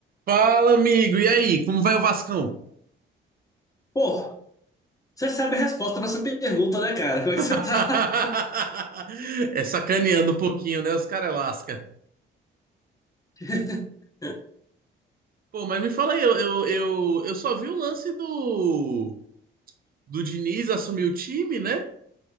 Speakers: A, on the right; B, on the left.
A: Fala, amigo. E aí, como vai o Vascão?
B: Pô, você sabe a resposta pra essa pergunta, né, cara? Como é
A: <laughs>
B: que você tá?
A: É sacaneando um pouquinho, né? Os caras lasca.
B: <laughs>
A: Pô, mas me fala aí, eu, eu, eu, eu só vi o lance do, do Diniz assumir o time, né?